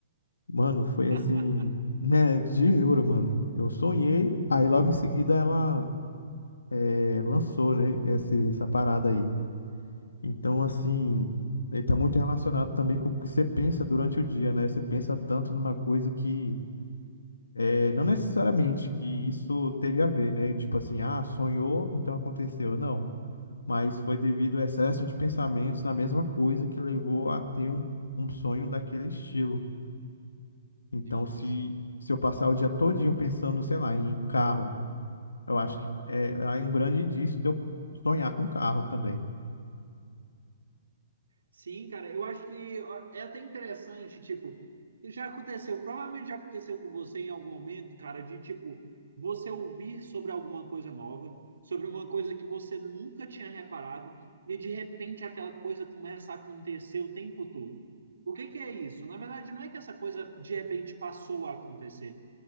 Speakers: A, on the left; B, on the right.
A: Mano, foi
B: <laughs>
A: assim, <laughs> né? Te juro, mano. Eu sonhei, aí logo em seguida ela eh, lançou, né? esse- essa parada aí. Então, assim, ele tá muito relacionado também com o que você pensa durante o dia, né? Você pensa tanto numa coisa que. É, não necessariamente que isso teve a ver, né? Tipo assim, ah, sonhou, então aconteceu. Não. Mas foi devido ao excesso de pensamentos na mesma coisa que levou a ter um, um sonho daquele estilo. Então,
B: Sim,
A: se,
B: sim.
A: se eu passar o dia todinho pensando, sei lá, em carro, eu acho que é, é um grande indício de eu sonhar com carro também.
B: Sim, cara, eu acho que ó, é até interessante, tipo, já aconteceu, provavelmente já aconteceu com você em algum momento, cara, de tipo, você ouvir sobre alguma coisa nova, sobre uma coisa que você nunca tinha reparado, e de repente aquela coisa começa a acontecer o tempo todo. O que que é isso? Na verdade, não é que essa coisa de repente passou a acontecer.